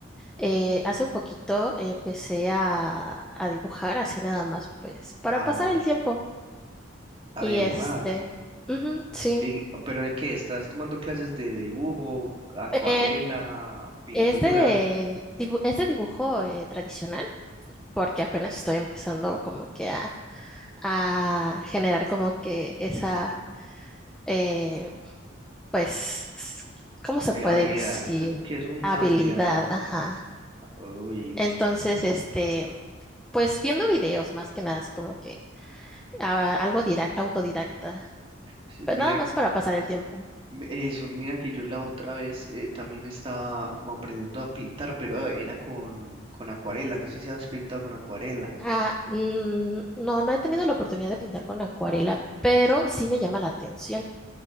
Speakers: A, in the centre; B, on the right.
A: eh, hace poquito empecé a, a dibujar así nada más, pues para
B: A,
A: pasar el tiempo.
B: a
A: Y
B: dibujar.
A: este, ujú, sí,
B: Y- ¿pero de qué? ¿Estás tomando clases de dibujo, acuarela,
A: Eh,
B: pintura,
A: es de, dibu- es de dibujo eh, tradicional, porque apenas estoy empezando como que a, a generar como que esa... eh, pues, ¿cómo se
B: eh,
A: puede
B: habilidad?
A: decir?
B: ¿Eso ¿Qué es una
A: Habilidad,
B: habilidad?
A: ajá.
B: Uy,
A: Entonces, este, pues viendo videos más que nada, así como que ah, algo didac- autodidacta,
B: sí,
A: pero
B: mira
A: nada más para pasar el tiempo.
B: Eso, mira que yo la otra vez eh, también estaba como aprendiendo a pintar, pero era con, con acuarela. No sé si has pintado con acuarelas.
A: Ah, mm, no, no he tenido la oportunidad de pintar con acuarela, pero sí me llama la atención.